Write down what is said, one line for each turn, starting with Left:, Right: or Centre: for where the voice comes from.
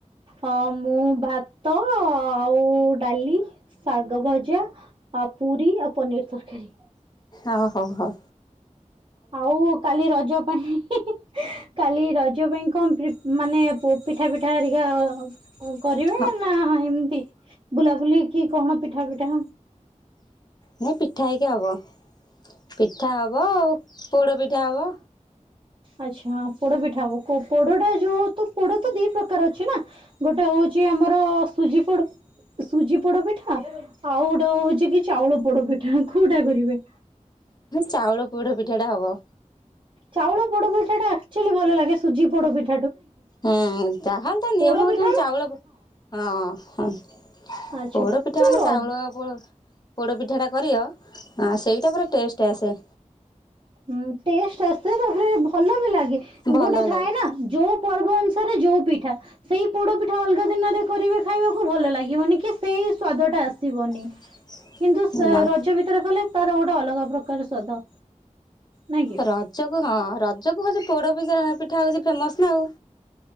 Right: ହଁ ମୁଁ ଭାତ ଆଉ ଡାଲି ଶାଗ ଭଜା ଆଉ ପୁରୀ ଆଉ ପନିରି ତରକାରୀ।
Left: ଅ ହ ହ।
Right: ଆଉ କାଲି ରଜ ପାଇଁ କାଲି ରଜ ପାଇଁ କଣ ପ୍ରୀ ମାନେ ପିଠା ପିଠା ହେରିକା କରିବେ
Left: ହଁ
Right: ନା ଏମିତି ବୁଲାବୁଲି କି କଣ ପିଠା ପିଠା
Left: ମୁଁ ପିଠା ହେଇକା ହବ ପିଠା ହବ ପୋଡ଼ ପିଠା ହବ।
Right: ଆଚ୍ଛା ପୋଡ ପିଠା ହବ, କୋ ପୋଡଟା ଯୋଉ ତ ପୋଡ ତ ଦି ପ୍ରକାର ଅଛି ନା? ଗୋଟେ ହଉଚି ଆମର ସୁଜି ପୋଡ ସୁଜି ପୋଡପିଠା ଆଉ ଗୋଟେ ହଉଛି କି ଚାଉଳ ପୋଡପିଠା କୋଉଟା କରିବେ?
Left: ଚାଉଳ ପୋଡ ପିଠାଟା ହବ।
Right: ଚାଉଳ ପୋଡପିଠା ଟା ଆକ୍ ଚାଲି ଭଲ ଲାଗେ ସୁଜି ପୋଡପିଠା
Left: ହୁଁ ଯାହେଲେ ତା ନିୟମ
Right: ପୋଡ
Left: ହଉ
Right: ପିଠା
Left: ଚନ୍ ଚାଉଳ ହଁ ହଁ।
Right: ଆଚ୍ଛା
Left: ପୋଡ
Right: ଯୋଉ
Left: ପିଠା ମାନେ
Right: ର
Left: ଚାଉଳ ପୋ ପୋଡ଼ପିଠାଟା କରିବ ସେଇଟା ପୁରା ଟେଷ୍ଟଆସେ।
Right: ହୁଁ ଟେଷ୍ଟ ଆସେ ତାପରେ ଭଲ ବି ଲାଗେ
Left: ଭଲ
Right: ଗୋଟେ ଥାଏ
Left: ଲାଗେ
Right: ନା ଯୋଉ ପର୍ବ ଅନୁସାରେ ଯୋଉ ପିଠା। ସେଇ ପୋଡ ପିଠା ଅଲଗା ଦିନରେ କରିବେ ଖାଇବାକୁ ଭଲ ଲାଗିବନି କି ସେଇ ସ୍ଵାଦ ଟା ଆସିବନି।
Left: <inaudible>
Right: କିନ୍ତୁ ସେ
Left: ନା
Right: ରଜ ଭିତରେ କଲେ ତାର ଗୋଟେ ଅଲଗା ପ୍ରକାର ସ୍ଵାଦ। ନାଇଁ କି
Left: ରଜକୁ ହଁ ରଜକୁ ହଉଛି ପୋଡ ବି ପିଠା ହଉଛି ଫେମସ ନା ଆଉ।